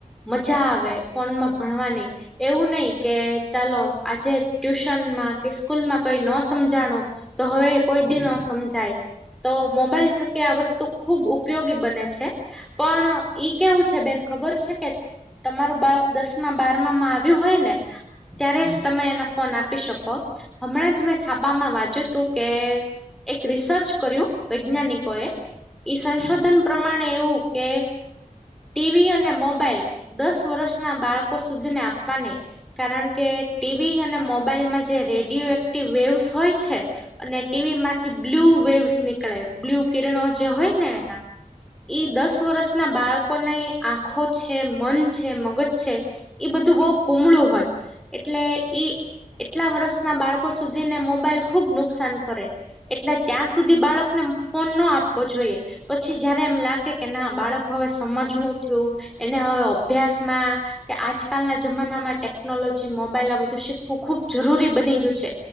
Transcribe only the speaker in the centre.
મજા આવે ફોનમાં ભણવાની. એવું નહી કે ચાલો આજે ટ્યુશનમાં કે સ્કૂલમાં કઈ ન સમજાણું. તો હવે કોઈ દી
ન સમજાય. તો મોબાઈલ થકી આ વસ્તુ ખુબ ઉપયોગી બને છે. પણ ઈ કેવું છે બેન ખબર છે કે. તમારું બાળક દસ બારમામાં આવ્યું હોય ને. ત્યારે
જ તમે એને ફોન આપી શકો હમણાં જ મેં છાપામાં વાંચ્યું હતું કે. એક રિસર્ચ કર્યું વૈજ્ઞાનિકો એ. ઈ સંશોધન
પ્રમાણે એવું કે ટીવી અને મોબાઈલ દસ વર્ષના બાળકો સુધીને આપવાને કારણ કે ટીવી અને મોબાઈલમાં જે રેડિયો એક્ટિવ વેવસ હોય છે અને ટીવી માંથી બ્લ્યુ વેવસ નીકળે બ્લ્યુ કિરણો જે હોય ને એના ઈ દસ વર્ષ ના બાળકોના આંખો છે મન છે મગજ છે એ બધું બહ કુમળું હોય એટલે ઈ એટલા વર્ષના બાળકો સુધી ને મોબાઈલ ખુબ નુકસાન કરે એટલે ત્યાં સુધી બાળકને ફોન ન આપવો જોઈએ પછી જયારે એમ લાગે કે ના બાળક હવે સમજણું થયું એને હવે અભ્યાસમાં કે આજકાલના જમાનામાં ટેકનોલોજી મોબાઈલ આ બધું શીખવું ખુબ જરૂરી બની ગયું છે